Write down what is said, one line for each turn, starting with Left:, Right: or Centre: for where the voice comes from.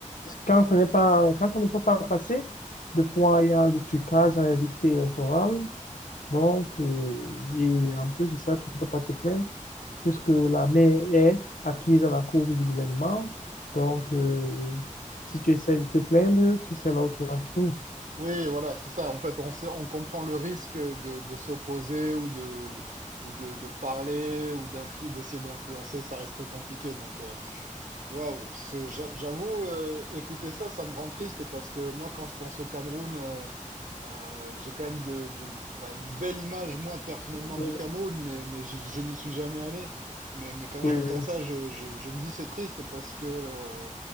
Left: Quand ce n'est pas, quand ça ne peut pas passer, de quoi il y a le trucage dans les listes électorales. Donc, euh, et en plus de ça, tu ne peux pas te plaindre puisque la mer est acquise à la cause du gouvernement. Donc, euh, si tu essaies de te plaindre, tu sais là où tu vas finir.
Right: Oui, voilà, c'est ça. En fait, on sait, on comprend le risque de, de s'opposer ou de, ou de, de parler ou d'influ, d'essayer d'influencer. Ça reste très compliqué. Donc, euh, Waouh, ce- j'a- j'avoue, euh, écouter ça, ça me rend triste parce que moi, quand je pense au Cameroun, euh, euh, j'ai quand même de, de- enfin, une belle image, moi, personnellement,
Left: Donc,
Right: du Cameroun, mais, mais j'y- je, n'y suis jamais allé. Mais, mais quand
Left: Oui,
Right: j'entends
Left: oui.
Right: ça, je, je, je me dis c'est triste parce que euh,